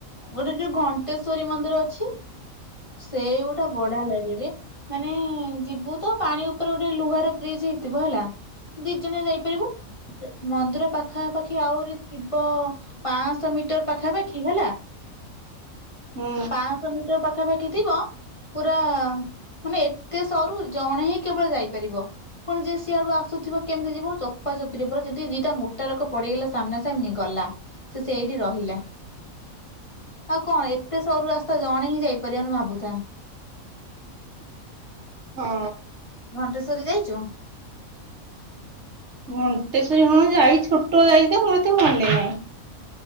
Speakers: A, on the left (about 25°); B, on the right (about 60°).
A: ଗୋଟେ ଯୋଉ ଘ ଣ୍ଟେଶ୍ୱରୀ ମନ୍ଦିର ଅଛି ସେଇଗୋଟା ବଢିଆ ଲାଗେରେ। ମାନେ ଯିବୁ ତ ପାଣି ଉପରେ ଗୋଟେ ଲୁହାର ବ୍ରିଜ୍ ହେଇଥିବ ହେଲା ଦି ଜଣ ଯାଇପାରିବୁ ମନ୍ଦିର ପାଖାପାଖି ଆହୁରି ଥିବ ପାଁଶ ମିଟର ପାଖାପାଖି ହେଲା
B: ହୁଁ।
A: ପାଁଶ ମିଟର ପାଖାପାଖି ଥିବ ପୁରା ମାନେ ଏତେ ସରୁ ଜଣେ ହିଁ କେବଳ ଯାଇପାରିବ। ପୁଣି ଯିଏ ସିଆଡୁ ଆସୁଥିବ କେମତି ଯିବ ଚାପା ଚପିରେ ପୁରା ଯଦି ଦିଟା ମୋ ଟା ଲୋକ ପଡିଗଲା ସାମ୍ନା ସାମ୍ନି ଗଲା ସିଏ ସେଇଠି ରହିଲା। ଆଉ କଁ ଏତେ ସରୁ ରାସ୍ତା ଜଣେ ହିଁ ଯାଇପାରିବନି ଭାବୁଥା।
B: ହଁ।
A: ଘଣ୍ଟେଶ୍ୱରୀ ଯାଇଚୁ।
B: ଘଣ୍ଟେଶ୍ଵରୀ ହଁ ଯାଇ ଛୋଟବେଳେ ଯାଇଚି ତ ମୋ ଏତେ ମନେ ନାଇଁ।